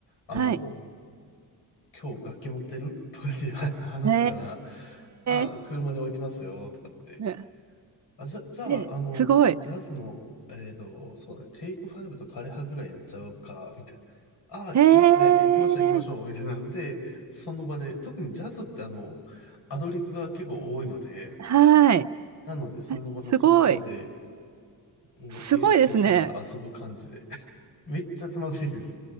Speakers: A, on the left (about 75°); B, on the right (about 40°).
A: あの、
B: はい。
A: 今日楽器持ってるとかっていう話から、
B: へ
A: あ、
B: え。
A: 車に置いてますよ、とかって
B: ね
A: あ、じゃ、じゃあ、
B: えすごい。
A: あの、ジャズの、えっと、そうだね、テイクファイブと枯葉ぐらいやっちゃうか、みたいな。ああ、いいっすね。
B: へ
A: で、行きましょう、
B: え。
A: 行きましょう、みたいなんで、その場で、特にジャズってあの、アドリブが結構多いので、
B: はい。
A: なので、その場の即興で、
B: あすごい。
A: うん、
B: すごいですね。
A: 演奏しながら遊ぶ感じで、<laughs> めっちゃ楽しいです。